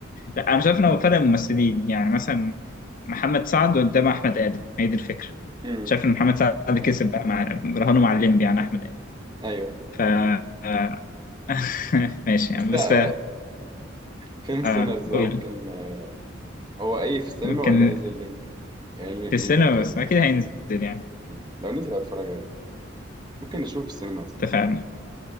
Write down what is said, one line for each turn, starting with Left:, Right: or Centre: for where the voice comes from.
Left: لا أنا شايف إن هو فرق ممثلين يعني مثلا محمد سعد قدام أحمد آدم هي دي الفكرة
Right: امم
Left: شايف إن محمد سعد كسب بقى مع رهانه مع الليمبي يعني أحمد آدم
Right: ايوه
Left: ف آه، <laughs> ماشي يعني
Right: بس
Left: بس
Right: لا، فيلم سينرز
Left: اه
Right: ده
Left: قول
Right: ممكن آه، هو ايه في السينما
Left: ممكن
Right: ولا نزل لينك يعني ليه
Left: في
Right: ليه
Left: السينما
Right: لينك كده
Left: بس اكيد هينزل يعني
Right: مم. لو نزل هتفرج عليه ممكن نشوفه في السينما اصلا
Left: اتفقنا